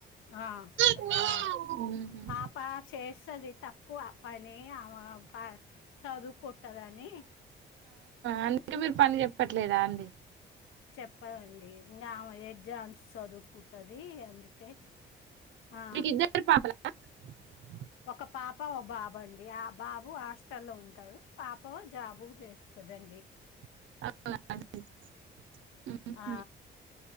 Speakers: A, on the left; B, on the right.
A: ఆ సద్
B: మ్మ్
A: ఆ పాప చేస్తది తక్కువ పని ఆమ ప చదువుకుంటదని
B: అంటే మీరు పని చెప్పట్లేదా అండి
A: చెప్పదండి ఇంగ ఆమె ఎగ్జామ్స్ సదు కుట్టది అందుకే ఆ
B: మీకు <inaudible>
A: ఒక పాప ఒక బాబు అండి ఆ బాబు ఆ ష్టలో ఉంటడు పాప్ పో జాబు చేస్తదండి
B: <inaudible> మ్మ్
A: ఆ